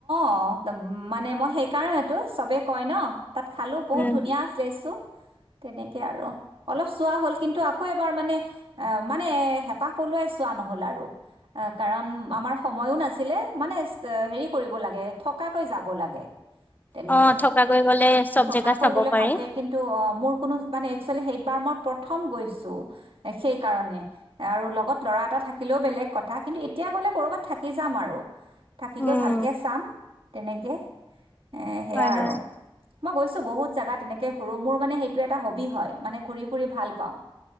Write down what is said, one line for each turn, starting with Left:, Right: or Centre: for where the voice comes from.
Right: অ', মানে মই সেইকাৰণেতো চবেই কয় ন। তাত খালোঁ বহুত
Left: উম
Right: ধুনীয়া আছিল লেচু তেনেকে আৰু অলপ চোৱা হ'ল কিন্তু আকৌ এবাৰ মানে আহ মানে হেঁপাহ পলুৱাই চোৱা নহল আৰু এ কাৰণ আমাৰ সময়ো নাছিল নাছিলে মানে হেৰি কৰিব লাগে থকাকৈ যাব লাগে। তেনেকে
Left: অ থকাকৈ গ'লে চব
Right: থকাকৈ
Left: জেগা চাব
Right: গলে
Left: পাৰি।
Right: ভালকে কিন্তু অ', মোৰ কোনো মানে এক্সোৱেলী সেইবাৰ মই প্ৰথম গৈছোঁ, সেইকাৰণে আৰু লগত ল'ৰা এটা থাকিলেও বেলেগ কথা কিন্তু এতিয়া গ'লে ক'ৰবাত থাকি যাম আৰু। থাকি
Left: উম
Right: গৈ ভালকে চাম। তেনেকে। এ সেয়া
Left: হয়
Right: আৰু।
Left: হয়।
Right: মই গৈছোঁ বহুত জোগাত তেনেকে ঘুৰো মোৰ মানে সেইটো এটা হবি হয় মানে ঘূৰি ফুৰি ভাল পাওঁ।